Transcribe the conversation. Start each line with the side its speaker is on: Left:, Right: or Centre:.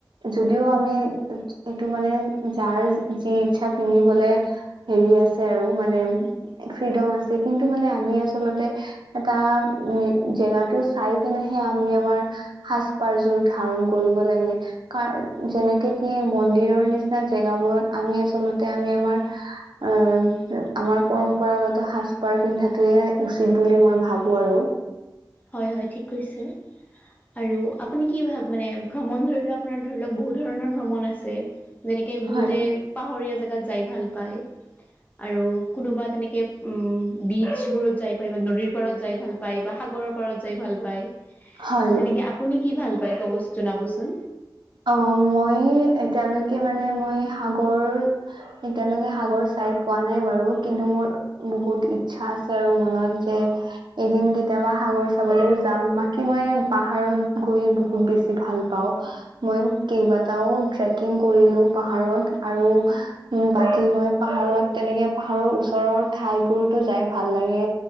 Right: যদিও আমি এইটো মানে যাৰ যি ইচ্ছা পিন্ধিবলে হেৰি আছে, আৰু মানে, ফ্ৰীডম আছে, কিন্তু মানে আমি আচলতে এটা উম, জেগাটো চাই কেনেহে আমি আমাৰ সাজ পাৰযোৰ ধাৰণ কৰিব লাগে। কাৰ যেনেকে কি মন্দিৰৰ নিচিনা জেগাবোৰত আমি আচলতে আমি আমাৰ অ'আমাৰ পৰম্পৰাগত সাজ-পাৰ পিন্ধাতোৱে উচিত বুলি মই ভাবোঁ আৰু।
Left: হয়, হয়, ঠিক কৈছে। আৰু আপুনি কি ভাব মানে ভ্ৰমণ ধৰি লওঁক, আপোনাৰ ধৰি লওঁক বহুত ধৰণৰ ভ্ৰমণ আছে। যেনেকে বহুতে
Right: হয়
Left: পাহাৰিয়া জেগাত যাই ভাল পায়। আৰু কোনোবা তেনেকে উম, বীচ বোৰত যাই পাই বা নদীৰ পাৰত যাই ভাল পায় বা সাগৰত। পাৰত যাই ভাল পায়,
Right: হয়
Left: তেনেকে আপুনি কি ভাল পায়? ক'ব জনাবচোন।
Right: অ' মই এতিয়ালৈক। কে মানে মই সাগৰ এতিয়ালৈকে সাগৰ চাই পোৱা নাই বাৰু। কিন্তু মোৰ বহুত ইচ্ছা আছে, আৰু মনত যে এদিন কে কেতিয়াবা সাগৰ চাবলৈও যাম, বাকী মই পাহাৰত গৈ বহুত বেছি ভাল পাওঁ। মই কেইবাটাও ট্ৰেকিং কৰিলোঁ পাহাৰত আৰু। মোৰ ভাইটি মই পাহাৰত। তেনেকে পাহাৰৰ ওচৰৰ ঠাইবোৰতো যাই ভাল লাগে